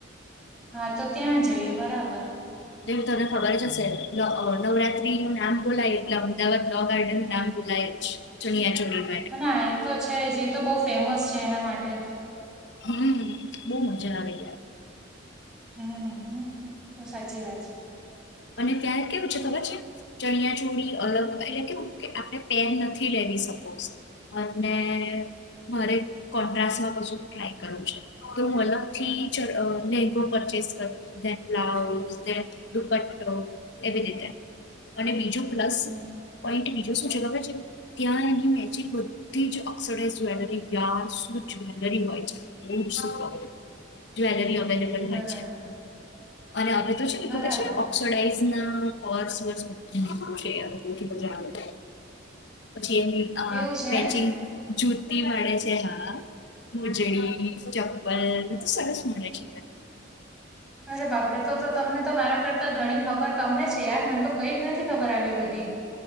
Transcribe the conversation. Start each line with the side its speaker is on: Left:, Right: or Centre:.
Centre: હા તો ત્યાં જઈએ બરાબર.
Left: એ તને ખબર જ હશે નવરાત્રી નુ નામ બોલાય એટલે અમદાવાદ લો ગાર્ડન નું નામ બોલાય જ, ચુણિયા ચુડી માટે.
Centre: હ ના એ તો છે જ એ તો બહુ ફેમસ છે એના માટે.
Left: હમ બહુ મજા આવે યાર.
Centre: હમ એ તો સાચી વાત છે.
Left: અને ત્યાં કેવું છે ખબર છે ચણિયા ચોળ અલગ એટલે કેવું, કે આપણે પેર નથી લેવી સપોસ અને મારે કોન્ટ્રાસમાં કશુક ટ્રાય કરવું છે. તો હું અલગથી લેગો પરચેસ કરું. બ્લાઉઝની દુપટ્ટો તો એવી રીતે અને બીજું પ્લસ
Centre: હમ
Left: પોઈન્ટ બીજું શું છે ખબર છે? ત્યાં એની મેચિંગ બધી જ ઓક્સોડાઇઝ જ્વેલરી, યાર શું જ્વેલરી હોય છે. બહુ જ સુપર જવેલરી અવેલેબલ
Centre: બરાબર
Left: હોય છે, અને હવે તો કેવું છે ને ખબર
Centre: બરાબર
Left: છે ને ઓ અક્ષરાઈઝના પર્સને બધું <inaudible> પછી એની
Centre: એવું છે
Left: મેચિંગ
Centre: એમ
Left: જુતી મળે છે હા. મુજડી ચપ્પલ તો સરસ મળે છે.
Centre: અરે બાપરે તો તો તમને તો મારા કરતા ઘણી ખબર તમને છે યાર મને તો કઈ જ નથી ખબર આવી બધી.